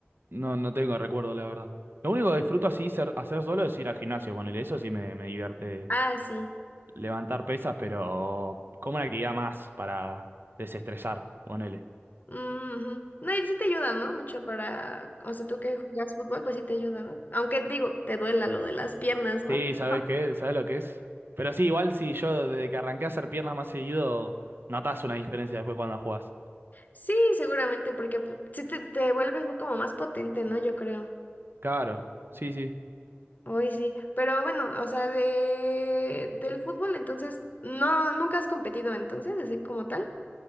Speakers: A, on the right; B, on the left.
A: no, no tengo recuerdo, la verdad. Lo único que disfruto así ser- hacer solo es ir al gimnasio, ponele, eso sí me, me divierte
B: Ah, sí.
A: levantar pesas, pero como una actividad más para desestresar, ponele.
B: Ujú. No, y sí te ayuda, ¿no? Mucho para, o sea, tú que juegas fútbol, pues sí te ayuda, ¿no? Aunque digo, te duela lo de las piernas, ¿no?
A: Sí, ¿sabes
B: <laughs>
A: qué? ¿Sabes lo que es? Pero sí, igual sí, yo desde que arranqué a hacer piernas más seguido, notas una diferencia después cuando jugás.
B: Sí, seguramente, porque pues, sí te, te vuelves muy, como más potente, ¿no? Yo creo.
A: Claro, sí, sí.
B: Hoy sí. Pero bueno, o sea, de del fútbol, entonces, no, nunca has competido entonces, así como tal.